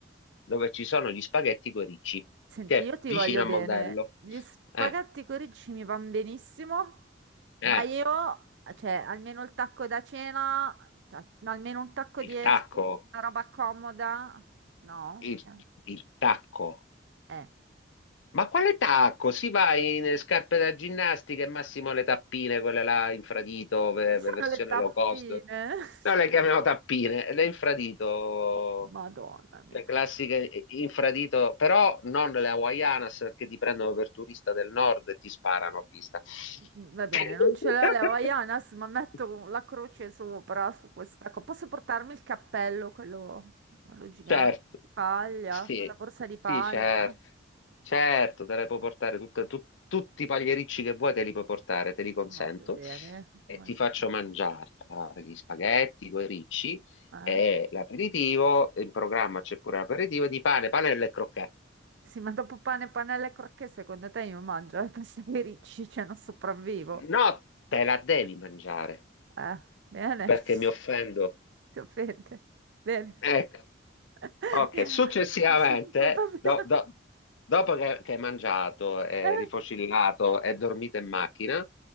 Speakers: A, on the left; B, on the right.
A: dove ci sono gli spaghetti coi ricci,
B: Senti,
A: che è
B: io ti
A: vicino
B: voglio
A: a
B: bene.
A: Mondello.
B: Gli spaghetti
A: Eh,
B: con ricci mi vanno benissimo, ma
A: eh,
B: io, cioè, almeno il tacco da cena, ta- almeno un tacco di
A: il
B: esche,
A: tacco,
B: una roba comoda. No?
A: il
B: Cioè,
A: il tacco.
B: eh.
A: Ma quale tacco? Si va in eh, scarpe da ginnastica e massimo le tappine, quelle là infradito, ve-
B: Cosa
A: ve- versione
B: Sono le tappine.
A: low cost.
B: <laughs>
A: Noi le chiamiamo tappine, le infradito,
B: Oh, Madonna mia.
A: le classiche eh, infradito, però non le Hawaianas perché ti prendono per turista del nord e ti sparano a vista.
B: Mm, Va bene,
A: <laughs>
B: non ce l'ho le Havaianas, ma metto la croce sopra su questa cosa. Posso portarmi il cappello, quello, quello gigante
A: Certo.
B: di paglia,
A: Sì,
B: quella borsa di paglia?
A: sì, certo, certo, te le puoi portare tutte- tu- tutti i pagliericci che vuoi, te li puoi portare, te li consento
B: Molto bene. Ma
A: e ti
B: se-
A: faccio mangiare allora, gli spaghetti, coi ricci
B: eh?
A: e l'aperitivo, in programma c'è pure l'aperitivo di pane, panelle e crocchette.
B: Sì, ma dopo pane, panelle e crocchè, secondo te io mangio, eh? Pensi che ricci, cioè non sopravvivo.
A: No, te la devi mangiare
B: Eh, bene,
A: perché mi offendo.
B: <laughs> ti offende. Bene.
A: Ecco.
B: <laughs>
A: Ok,
B: Yeah.
A: successivamente,
B: <laughs> Va
A: do-
B: bene.
A: do- dopo che, che hai mangiato, è
B: Eh?
A: rifocillato e dormito in macchina,